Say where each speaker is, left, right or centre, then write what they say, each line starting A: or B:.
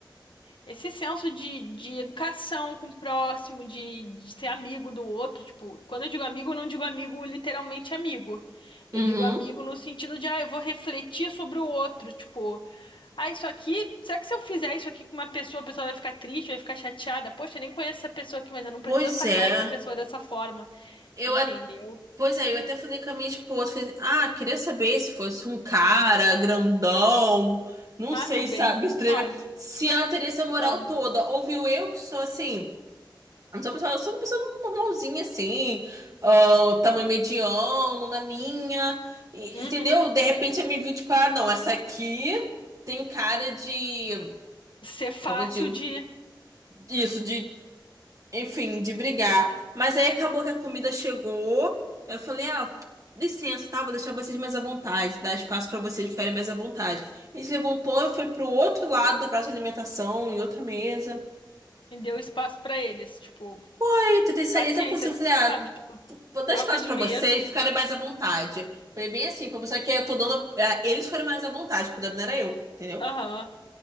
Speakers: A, on the left; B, on the right.
A: esse senso de, de educação com o próximo, de, de ser amigo do outro, tipo, quando eu digo amigo, eu não digo amigo literalmente amigo. Eu
B: Uhum.
A: digo amigo no sentido de, ah, eu vou refletir sobre o outro, tipo, ah, isso aqui, será que se eu fizer isso aqui com uma pessoa, a pessoa vai ficar triste, vai ficar chateada? Poxa, eu nem conheço essa pessoa aqui, mas eu não preciso
B: Pois
A: atacar
B: é.
A: essa pessoa dessa forma,
B: Eu,
A: entendeu?
B: a- pois é, eu até falei com a minha esposa, falei, ah, queria saber se fosse um cara grandão, não
A: Ah,
B: sei,
A: meu bem,
B: sabe, estranho,
A: não,
B: se ela teria essa moral
A: não.
B: toda. Ouviu eu que sou assim, não sou uma pessoa, eu sou uma pessoa normalzinha assim, ah, tamanho mediano, na minha, e-
A: Uhum.
B: entendeu? De repente ela me viu tipo, ah, não, essa aqui tem cara de,
A: Ser fácil
B: como eu digo,
A: de
B: isso, enfim, de brigar. Mas aí acabou que a comida chegou. Eu falei, ah, licença, tá? Vou deixar vocês mais à vontade, dar espaço pra vocês ficarem mais à vontade. A gente levantou e foi pro outro lado da praça de alimentação, em outra mesa.
A: de dar espaço pra eles, tipo,
B: Aí, tentei sair
A: paciência,
B: até possível. Falei,
A: sabe?
B: ah,
A: Tipo,
B: vou dar
A: Troca
B: espaço
A: de
B: pra
A: mesa.
B: vocês ficarem mais à vontade. Falei bem assim, pra mostrar que eu tô dando. é, Eles foram mais à vontade, o problema não era eu, entendeu?
A: Aham.